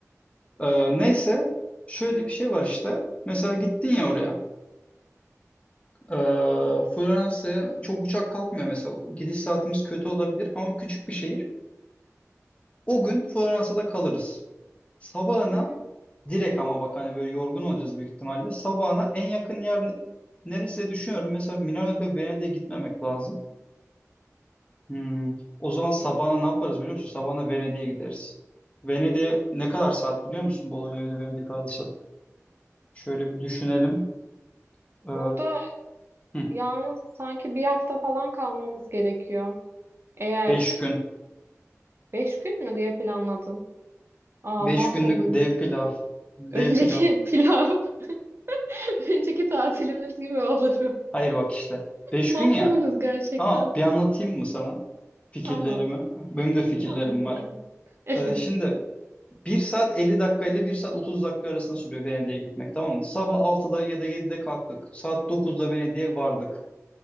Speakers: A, on the left; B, on the right.
A: Ee, neyse şöyle bir şey var işte. Mesela gittin ya oraya. Ee, Floransa'ya çok uçak kalkmıyor mesela. Gidiş saatimiz kötü olabilir ama küçük bir şehir. O gün Floransa'da kalırız. Sabahına
B: Hı hı.
A: direkt ama bak hani böyle yorgun olacağız büyük ihtimalle. Sabahına en yakın yer ne- neresi diye düşünüyorum. Mesela Milano'da Venedik'e gitmemek lazım. Hmm, O zaman sabahına ne yaparız biliyor musun? Sabahına Venedik'e gideriz. Venedik'e ne kadar saat biliyor musun? Bologna ile Venedik arası. Şöyle bir düşünelim. Ee,
B: Burada
A: Hı,
B: yalnız sanki bir hafta falan kalmamız gerekiyor. Eğer
A: beş gün.
B: 5 gün mü diye planladın? Aa
A: Beş
B: mahvoluruz.
A: günlük dev pilav. Dev
B: Önceki
A: pilav.
B: pilav, <laughs> önceki tatilimiz gibi olur.
A: Hayır bak işte. Beş
B: Mahvoluruz
A: gün ya.
B: gerçekten.
A: Ama bir anlatayım mı sana fikirlerimi?
B: Anlat.
A: Benim de fikirlerim
B: Anlat bakalım.
A: var.
B: <laughs>
A: Ee, şimdi bir saat 50 dakika ile bir saat 30 dakika arasında sürüyor Venedik'e gitmek tamam mı? Sabah altıda ya da yedide kalktık. Saat dokuzda Venedik'e vardık.